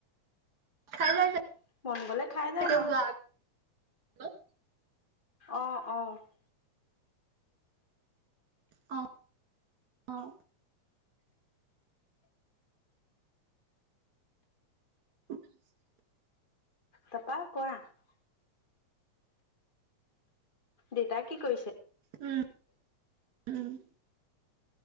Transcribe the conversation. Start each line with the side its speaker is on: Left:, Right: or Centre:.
Left: <inaudible>
Right: খাই যায়
Left: মন গলে খাই
Right: চাগে
Left: যায় নহ <unintelligible>
Right: যোৱাৰ আগত।
Left: অঁ-অঁ। <unintelligible>
Right: অঁ! <unintelligible> অঁ! <inaudible>
Left: তাৰপা কোৱা? <inaudible> দেউতাই কি কৰিছে? <inaudible>
Right: উম! <unintelligible> উম!